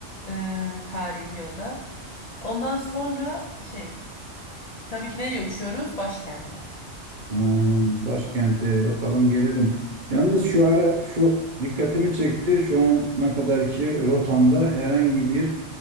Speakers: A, on the left; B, on the right.
A: Ee, tarihi o da. Ondan sonra şey tabii ki nereye uçuyoruz? Başkente.
B: Hmm, başkente bakalım gelelim. Yalnız şu ara şu dikkatimi çekti. Şu ana kadarki rotamda herhangi bir